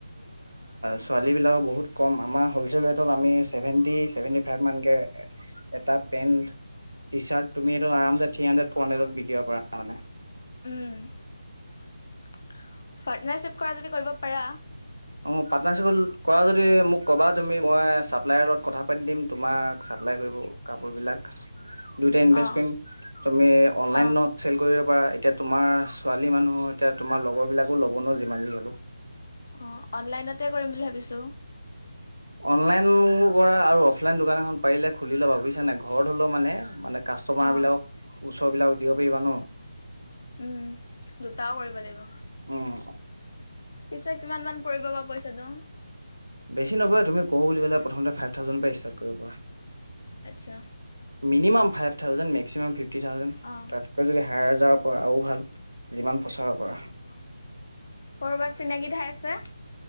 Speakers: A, on the right; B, on the left.
A: ছোৱালীবিলাকৰ বহুত কম আমাৰ হ'লচেল ৰেটত আমি চেভেণ্টি চেভেণ্টি ফাইভমানানকৈ এটা। পেণ্ট টি চাৰ্ট তুমি এইটো আম থ্ৰী হাড্ৰেড ফ'ৰ হাণ্ড্ৰেডত বিকিব পাৰা মানে।
B: উম পাৰ্টনাৰশ্বিপ কৰা যদি কৰিব পাৰা।
A: অ পাৰ্টনাৰশ্বিপত কৰা যদি মোক ক'বা তুমি মই চাপ্লায়াৰ লগত কথা পাতি দিম তোমাক। এপ্লাই কৰিব কাপোৰবিলাক দুইটাই ইনভেষ্ট
B: অ
A: কৰিম তুমি অনলাইনত
B: অ
A: চেল কৰি। পৰা এতিয়া তোমাৰ ছোৱালী মানুহ এতিয়া তোমাৰ লগৰ বিলাকো ল'ব নোৱাৰ যিমান যি হলো।
B: অ অনলাইনতে কৰিম বুলি ভাবিছো।
A: অনলাইন কৰা আৰু অফলাইন দোকান এখন পাৰিলে খুলি ল'বা বুজিছা নে ঘৰত হলেও মানে মানে। কাষ্টমাৰ
B: অ
A: বিলাকক ওচৰ বিলাকক দিব পাৰিবা ন?
B: উম, দুটাও কৰিব লাগিব।
A: উম,
B: পিছে কিমান মান পৰিব বা পইচাটো?
A: বেছি নপৰে তুমি কওঁ বুলি ক'লে প্ৰথমতে ফাইভ থাউজেণ্ডৰ পৰা ষ্টাৰ্ট কৰিব পাৰা।
B: আচ্ছা।
A: Minimum five thousand maximum fifty thousand
B: অ
A: তাতকৈ যদি হায়াৰ যাৰ পৰা আৰু ভাল যিমান। ফচাব পাৰা
B: অ কৰবাত চিনাকি ঠাই আছে।